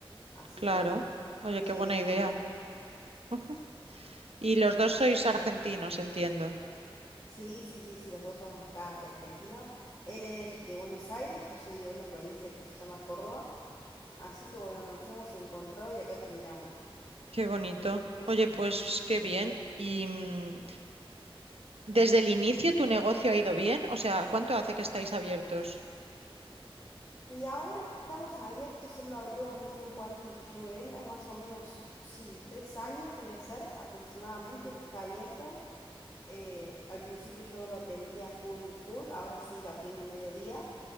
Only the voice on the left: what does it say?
Así
que
viene
bien
también.
Sí, sí, sí, sí, los dos somos acá de Argentina. Él es de Buenos Aires, yo soy de una provincia que se llama Córdoba. Así que bueno, nos hemos encontrado y acá terminamos.
Y ahora que estamos abiertos, él lo abrió un tiempo antes de que yo me venga, más o menos, sí, tres años debe ser aproximadamente que está abierto. Eh, al principio yo no lo atendía full, full, ahora sí lo atiendo mediodía,